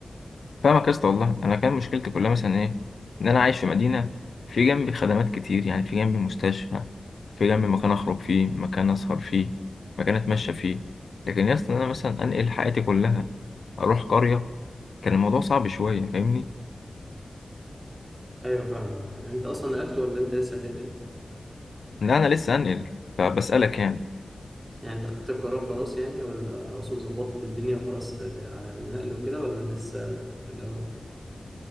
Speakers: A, on the left; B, on the right.
A: فاهمك يا اسطى والله انا كان مشكلتي كلها مثلا ايه ان انا عايش في مدينه في جنبي خدمات كتير يعني في جنبي مستشفى في جنبي مكان اخرج فيه مكان اسهر فيه مكان اتمشى فيه لكن يا اسطى إن انا مثلا انقل حياتي كلها اروح قريه كان الموضوع صعب شويه فاهمني
B: ايوه فاهمك انت اصلا نقلت ولا انت لسه هتنقل
A: لا انا لسه انقل فبسالك يعني
B: يعني انت خدت القرار خلاص يعني ولا اقصد ظبطت الدنيا وخلاص على النقل وكده ولا لسه في الاول